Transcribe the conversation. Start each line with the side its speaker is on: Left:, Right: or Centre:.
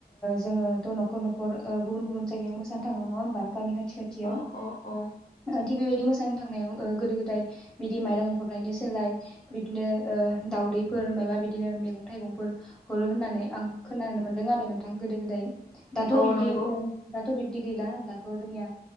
Centre: जोङोथ' न'खर न'खर गुबुन गुबुन जायगायाव मोसानो थाङोमोन नङा होमबा गामि खाथि- खाथियाव
Left: अ अ अ।
Centre: ओ थिग बेबायदि मोसानो थांनायाव गोदो-गोदाय बिदि माइरं हरनायनि सोलाय बिदिनो ओ दाउदै- फोर माबा बिदिनो मैगं-थाइगंफोर हरो होननानै आं खोनानो मोन्दों आरो नोंथां गोदो-गोदाय। दाथ'
Left: औ
Centre: बिब्दि
Left: नंगौ
Centre: ओ दाथ' बिब्दि गैला दाथ' जोंनिया